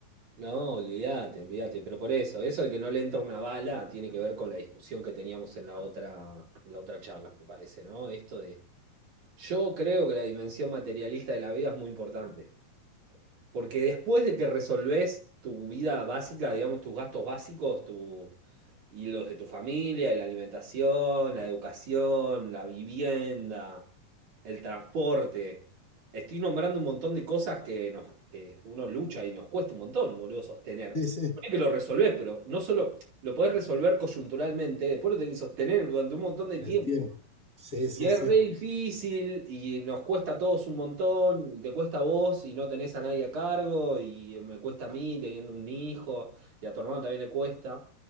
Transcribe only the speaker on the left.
Sí, sí,
el tiempo. Sí, sí,
sí.